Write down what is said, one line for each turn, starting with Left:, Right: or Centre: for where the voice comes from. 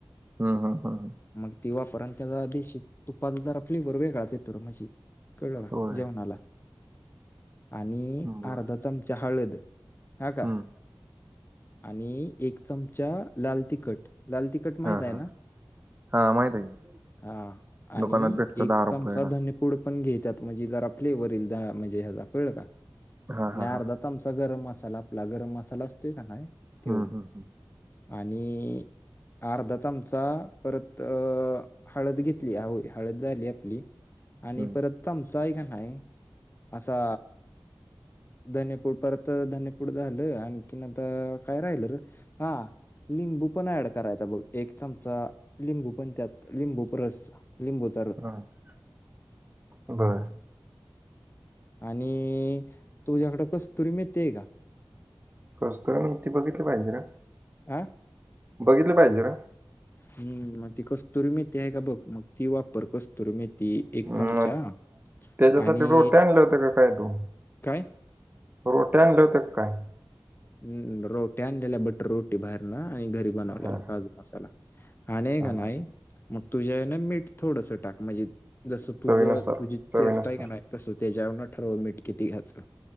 Right: ह, ह, ह
Left: मग ती वापर आणि त्याचा देशी तुपाचा जरा फ्लेवर वेगळाच येतो मझी कळलं का
Right: होय
Left: वणाला आणि
Right: बर
Left: अर्धा चम ची हळद हा का
Right: हम्म
Left: आणि एक चमचा लाल तिक कट लाल तिखट माहित
Right: हा
Left: आहे
Right: हा
Left: आहे ना
Right: हा माहित आहे की
Left: हा आणि
Right: दुकानात भेटतं
Left: एक
Right: दहा रुपयाला
Left: चमचा धने पू पुड पण घे त्यात म्हणजे जरा फ्लेवर यील म्हणजे ह कळल का
Right: हा
Left: आणि
Right: हा
Left: अर्धा
Right: हा
Left: चमचा गरम मसाला आपला गरम मसाला असतोय का नाही त्यो
Right: हम, हम
Left: आणि अर्धा चमचा परत अ हळद घेतली आव हळद झाली आपली आणि
Right: हम्म
Left: परत चमचा हाय का नाही असा धनेपूड परत धनीपूड झालं आणखीन आता काय राहिल र हा लिंबू पण ऍड करायचा बघ. एक चमचा लिंबू पण त्यात लिंबू प रस लिंबुत.
Right: हा बरं.
Left: आणि तुझ्याकडं कस्तुरी मेथीय का?
Right: कस्तुरी मी इथ बघितलं पाहिजे र.
Left: आ?
Right: बघितलं पाहिजे र.
Left: हम. मग ती कस्तुरी मिती आहे का बघ मग ती वापर कस कस्तुरी मेथी एक
Right: मग
Left: चमचा.
Right: त्याच्यासाठी
Left: आणि
Right: रोट्या आणल्या होत्या का काय तू?
Left: काय?
Right: रोट्या आणल्या होत्या का काय?
Left: हम् रोटी आणलेल्या बटर रोटी बाहेर न आणि घरी बनवलेला
Right: हां,
Left: काजू. मसाला आणि
Right: हां.
Left: का नाही मग तुझ्या हे न मीठ थोडस टाक म्हणजे जसं तुझं
Right: चवीनुसार,
Left: तुझी
Right: चवीनुसार.
Left: चेस्ट आहे का नाही? तसं त्याच्यान ठरव मीठ किती घ्यायचं